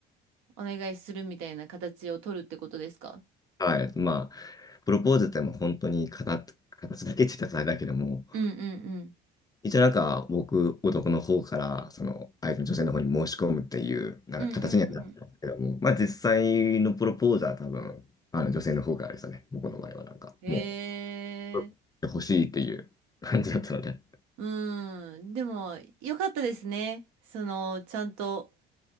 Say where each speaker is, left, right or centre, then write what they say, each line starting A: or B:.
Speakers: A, on the right; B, on the left.
A: お願いするみたいな形を取るってことですか
B: はい。まあ、プロポーズってもう本当に形、形だけって言ったらあれだけども、
A: うんうんうん。
B: 一応なんか僕、男の方から、その相手の女性の方に申し込むっていう、なんか形にはなってますけども、
A: うんうんう
B: まあ実際のプロポーズは多分、あの女性の方からでしたね。僕の場合はなんか、
A: ん。
B: も
A: へえ。
B: う、欲しいっていう感じだったので。
A: うん。でも、よかったですね。その、ちゃんと